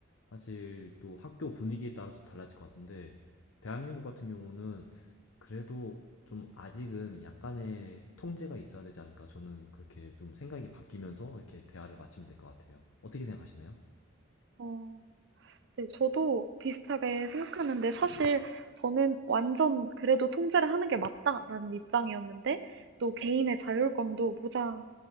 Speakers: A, on the left; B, on the right.
A: 사실 또 학교 분위기에 따라서 달라질 것 같은데, 대한민국 같은 경우는 그래도 좀 아직은 약간의 통제가 있어야 되지 않을까. 저는 그렇게 좀 생각이 바뀌면서 이렇게 대화를 마치면 될 것 같아요. 어떻게 생각하시나요?
B: 어. 네, 저도 비슷하게 생각하는데 사실 저는 완전 그래도 통제를 하는 게 맞다라는 입장이었는데 또 개인의 자율권도 보장,